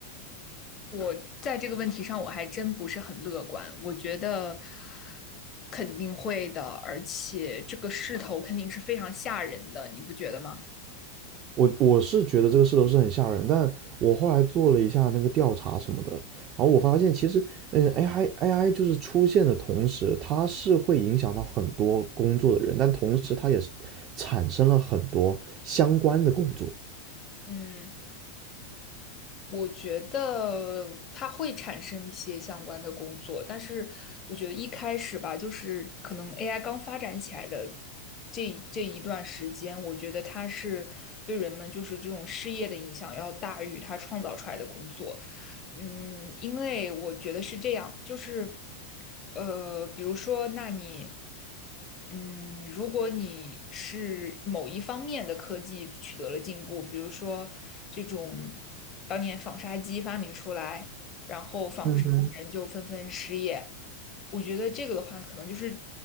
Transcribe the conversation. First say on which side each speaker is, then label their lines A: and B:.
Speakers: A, on the left; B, on the right.
A: 我在这个问题上我还真不是很乐观，我觉得肯定会的，而且这个势头肯定是非常吓人的，你不觉得吗？
B: 我我是觉得这个势头是很吓人，但我后来做了一下那个调查什么的，然后我发现其实，嗯，AI AI 就是出现的同时，它是会影响到很多工作的人，但同时它也是产生了很多相关的工作。
A: 嗯，我觉得它会产生一些相关的工作，但是我觉得一开始吧，就是可能 AI 刚发展起来的这这一段时间，我觉得它是对人们就是这种失业的影响要大于它创造出来的工作。嗯，因为我觉得是这样，就是，呃，比如说，那你，嗯，如果你是某一方面的科技取得了进步，比如说这种当年纺纱机发明出来，然后纺织工人就纷纷失业，
B: 嗯哼，
A: 我觉得这个的话，可能就是